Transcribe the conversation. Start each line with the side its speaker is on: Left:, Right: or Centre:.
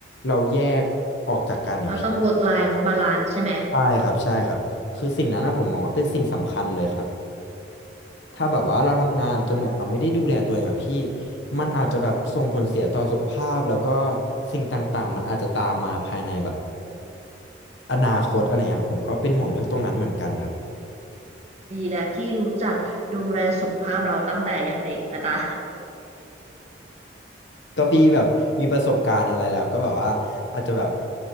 Left: เราแยกออกจากกันนะพี่
Right: เราต้อง work life balance ใช่ไหม
Left: ใช่ครับใช่ครับคือสิ่งนั้นนะผมมองว่าเป็นสิ่งสำคัญเลยครับ ถ้าแบบว่าเราทำงานจนแบบเราไม่ได้ดูแลตัวเองอะพี่
Right: อืมอืม
Left: มันอาจจะแบบส่งผลเสียต่อสุขภาพแล้วก็สิ่งต่างๆมันอาจจะตามมาภายในแบบอนาคตอะไรเงี้ยผมก็เป็นห่วงเรื่องตรงนั้นเหมือนกันครับ
Right: ดีแล้วที่รู้จักดูแลสุขภาพเราตั้งแต่ยังเด็กนะจ๊ะ
Left: ก็พี่แบบมีประสบการณ์อะไรแล้วก็แบบว่าอาจจะแบบ